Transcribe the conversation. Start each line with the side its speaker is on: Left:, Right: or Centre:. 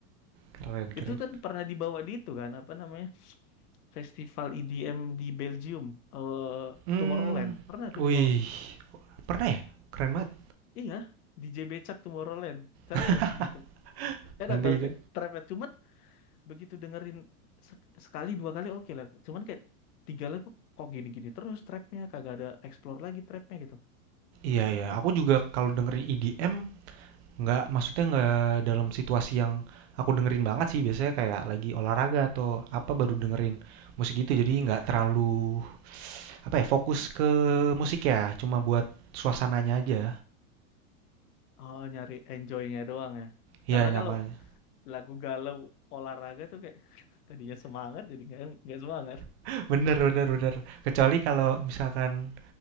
Right: Keren keren.
Left: Itu kan pernah dibawa di itu kan apa namanya? festival EDM di Belgium, eh
Right: hmm
Left: Tomorrowland. Pernah itu
Right: wih.
Left: dibawa?
Right: Pernah ya? Keren banget.
Left: Iya, DJ Becak Tomorrowland. Caranya
Right: <laughs>
Left: masih di YouTube. Enak
Right: Nanti
Left: tau
Right: itu.
Left: kayak trap ya. Cuman begitu dengerin sek- sekali dua kali oke lah. Cuman kayak tiga lagu kok gini-gini terus trapnya kagak ada explore lagi trapnya gitu.
Right: Iya iya, aku juga kalau dengerin EDM Nggak, maksudnya nggak dalam situasi yang aku dengerin banget sih. Biasanya kayak lagi olahraga atau apa baru dengerin musik itu. Jadi nggak terlalu apa ya fokus ke musik ya. Cuma buat suasananya aja.
Left: Oh nyari enjoynya doang ya.
Right: Iya
Left: Karena
Right: nyaman.
Left: kalau lagu galau olahraga tuh kayak <laughs> tadinya semangat jadi nggak nggak semangat.
Right: <laughs> Bener bener bener. Kecuali kalau misalkan